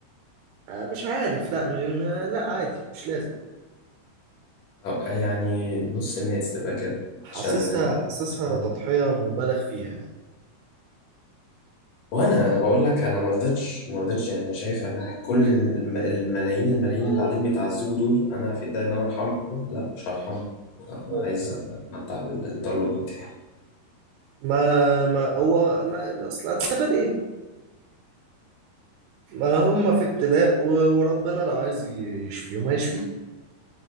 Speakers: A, on the right; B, on the left.
A: آه، مش عارف لا م- م- لا عادي مش لازم
B: أو آه، يعني نص الناس تبقى كده
A: حاسسها
B: عشان
A: حاسسها
B: عشان
A: تضحية مبالغ فيها يعني
B: وانا انا بقول لك انا ما رضيتش ما رضيتش يعني شايف انا كل الم- الملايين الملايين اللي قاعدين بيتعذبوا دول انا في ايدي ان انا ارحمهم لا مش هرحمهم لا، انا
A: آه.
B: عايز اتمتع بالتطلب بتاعي
A: ما ما هو ما ما اصل هتستفاد ايه ما هم في ابتلاء و- وربنا لو عايز ي- يشفيهم هيشفيه